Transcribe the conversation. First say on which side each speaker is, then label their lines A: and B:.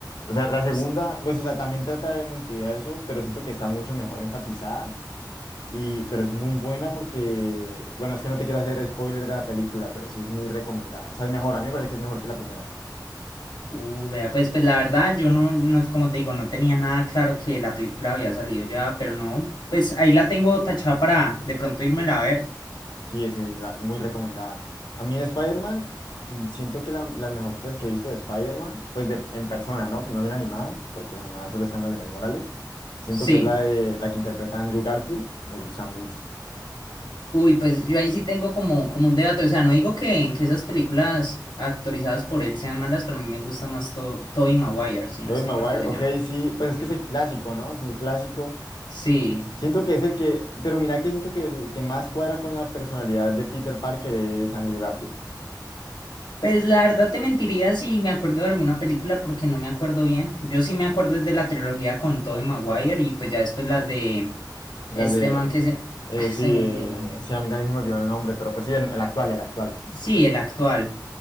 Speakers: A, on the left (about 70°); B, on the left (about 85°).
A: O sea, la segunda,
B: Es-
A: pues, o sea, también trata del multiverso, pero siento que está mucho mejor enfatizada, y, pero es muy buena porque, bueno, es que no te quiero hacer spoiler de la película, pero sí es muy recomendada. O sea, es mejor, a mí me parece que es mejor que la primera.
B: Uh, vea, pues, pues la verdad, yo no, no, como te digo, no tenía nada claro que la película había salido ya, pero no, pues ahí la tengo tachada para de pronto írmela a ver.
A: Sí, sí, la- muy recomendada. A mí de Spider-Man, mm, siento que la- las mejorcitas que he visto de Spider-Man, pues de, en persona, ¿no? No en animada, porque pues animada solo están las de Miles Morales. Siento
B: Sí.
A: que es la, de, la que interpreta Andrew Garfield, me gusta mucho.
B: Uy, pues yo ahí sí tengo como, como un debate, o sea, no digo que, que esas películas actorizadas por él sean malas, pero a mí me gusta más To- Tobey Maguire, si no
A: Tobey
B: estoy
A: Maguire,
B: mal que se
A: ok,
B: llama.
A: sí, pues es que
B: Sí.
A: es el clásico, ¿no? Es el clásico.
B: Sí.
A: Siento que es el que, pero mira que siento que el que más cuadra con la personalidad de Peter Parker es Andrew Garfield.
B: Pues la verdad te mentiría si me acuerdo de alguna película porque no me acuerdo bien. Yo sí me acuerdo es de la trilogía con Tobey Maguire y pues ya después la de
A: Las
B: este
A: de,
B: man que se...
A: eh,
B: ah, se
A: sí,
B: me
A: eh,
B: olvidó el nombre.
A: sí, a mí también se me olvidó el nombre, pero pues sí, el, el actual, el actual.
B: Sí, el actual.